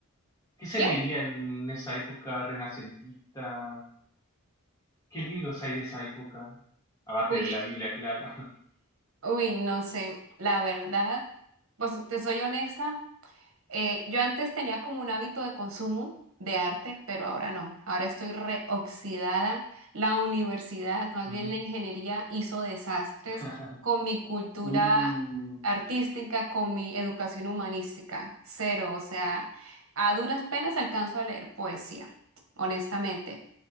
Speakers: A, on the left; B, on the right.
A: ¿Qué se
B: ¿Quién?
A: leía en esa época renacentista? ¿Qué libros hay de esa época? Aparte
B: Uy,
A: de la Biblia, claro.
B: uy, no sé, la verdad, pues te soy honesta, eh, yo antes tenía como un hábito de consumo de arte, pero ahora no, ahora estoy reoxidada. La universidad, más
A: <laughs>
B: bien
A: Ujú.
B: la ingeniería, hizo desastres
A: <laughs>
B: con mi cultura
A: Uh,
B: artística, con mi educación humanística, cero, o sea, a duras penas alcanzo a leer poesía, honestamente.